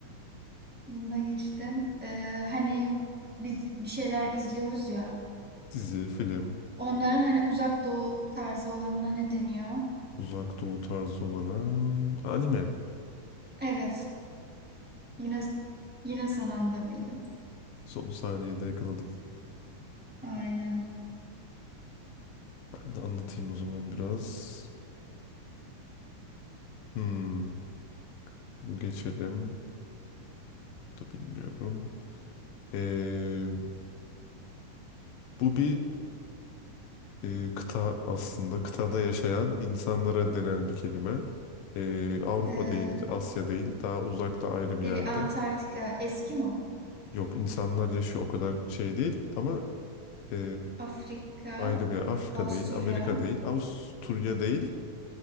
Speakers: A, in the centre; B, on the left.
A: Bunu da geçtim. Ee, hani biz bir şeyler izliyoruz ya.
B: Dizi, film,
A: Onların hani uzak doğu tarzı olanına ne deniyor?
B: uzak doğu tarzı olana anime.
A: Evet. Yine yine son anda bildin.
B: Son saniyede yakaladım.
A: Aynen.
B: Ben de anlatayım o zaman biraz. Hmm, bu geçelim. Bu Da bilmiyorum. Ee, bu bir e, kıta aslında. Kıtada yaşayan insanlara denen bir kelime. Ee, Avrupa
A: Ee,
B: değil, Asya değil. Daha uzakta ayrı bir
A: şey,
B: yerde.
A: Antarktika, Eskimo,
B: Yok insanlar yaşıyor o kadar şey değil. Ama e,
A: Afrika,
B: ayrı bir yer. Afrika
A: Avusturya,
B: değil, Amerika değil, Avusturya değil.